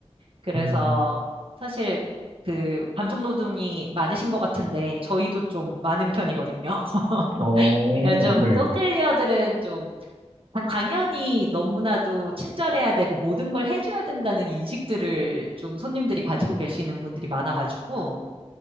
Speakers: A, on the right (about 55°); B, on the right (about 80°).
A: 그래서
B: 음,
A: 사실 그 감정노동이 많으신 것 같은데, 저희도 좀 많은 편이거든요. <laughs>
B: 어,
A: 좀,
B: 네.
A: 호텔리어들은 좀 당연히 너무나도 친절해야 되고 모든 걸 해줘야 된다는 인식들을 좀 손님들이 가지고 계시는 분들이 많아가지고,